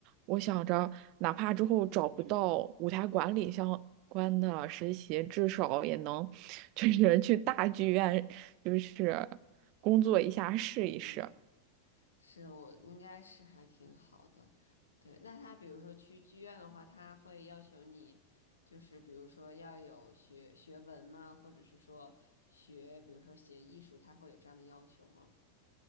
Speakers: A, on the right (about 40°); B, on the left (about 70°).
A: 我想着，哪怕之后找不到舞台管理相关的实习，至少也能 <laughs> 就是去大剧院，就是工作一下试一试。
B: 嗯嗯。是我应该是还挺好的，对。那他比如说去剧院的话，他会要求你，就是比如说要有学学文吗？或者是说学，比如说写艺术，他会有这样的要求吗？